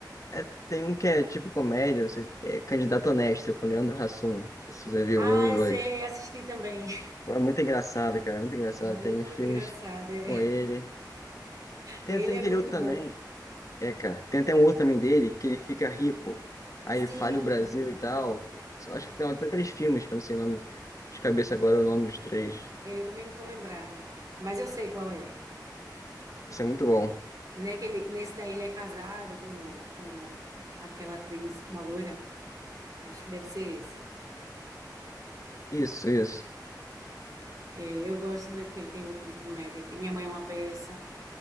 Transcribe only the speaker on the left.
É, tem um que é tipo comédia, não sei, é Candidato Honesto, com Leandro Hassum. Não sei se você viu
um e dois.
É muito engraçado, cara, é muito engraçado.
Tem filmes
com ele. Tem
até
aquele
outro também.
É, cara. Tem até um outro também dele que ele fica rico. Aí
ele fala o Brasil e tal. Eu acho que tem até três filmes, que eu não sei o nome de cabeça agora, o nome dos três.
Isso é muito bom.
Isso, isso.